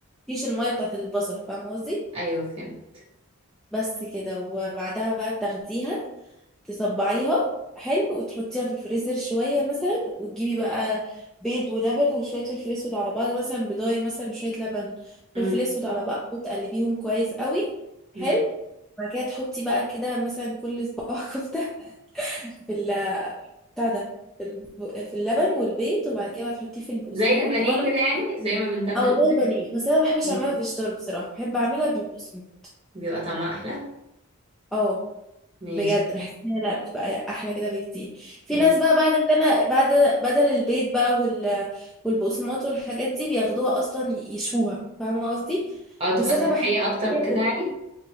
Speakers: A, in the centre; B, on the right.
A: فيش الميه بتاعت البصل فاهمه قصدي
B: ايوه فهمت
A: بس كده وبعدها بقى بتاخديها تصبعيها حلو وتحطيها في الفريزر شوية مثلا وتجيبي بقى بيض ولبن وشوية فلفل اسود على بعض مثلا بيضاية مثلا وشوية لبن
B: امم
A: فلفل اسود على بعض وتقلبيهم كويس قوي
B: ماشي
A: حلو بعد كده تحطي بقى كده مثلا كل صباع <laughs> كفتة في ال بتاع ده في الب- في اللبن والبيض وبعد كده بقى تحطيه في البقسماط
B: زي البانيه
A: وانا
B: كده يعني زي ما بنتبل
A: او زي
B: البانيه
A: بانيه بس انا ما بحبش
B: مم.
A: اعملها في الشطار بصراحة بحب اعملها بالبقسماط
B: بيبقى طعمها احلى
A: اه
B: ماشي
A: بجد بحس ان هي لا بتبقى احلى كده بكتير في
B: ماشي
A: ناس بقى بعد كده انا بعد بدل البيض بقى وال والبقسماط والحاجات دي بياخدوها اصلا يشوها فاهمه قصدي
B: اه تبقى
A: بس انا
B: صحية
A: بحس إن
B: اكتر وكده
A: هي بتبقى
B: يعني